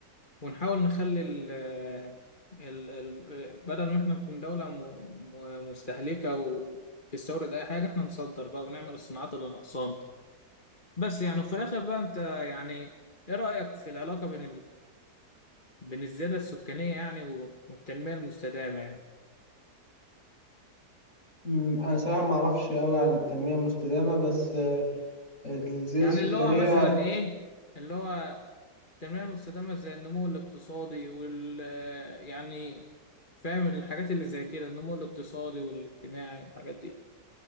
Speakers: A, on the left (about 30°); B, on the left (about 50°).
A: ونحاول نخلي ال آه، ال ال آه، بدل ما احنا نكون دولة م- م- مستهلكة او تستورد اي حاجة احنا نصدر بقى ونعمل الصناعات اللي ناقصانا بس يعني وفي الاخر بقى انت يعني ايه رأيك في العلاقة بين بين الزيادة السكانية يعني و- والتنمية المستدامة يعني
B: أمم، انا صراحة ما اعرفش قوي عن التنمية المستدامة بس آه، الزيادة
A: يعني
B: السكانية
A: اللي هو مثلا إيه اللي هو التنمية المستدامة زي النمو الاقتصادي وال آه، يعني فاهم الحاجات اللي زي كده النمو الاقتصادي والاجتماعي والحاجات دي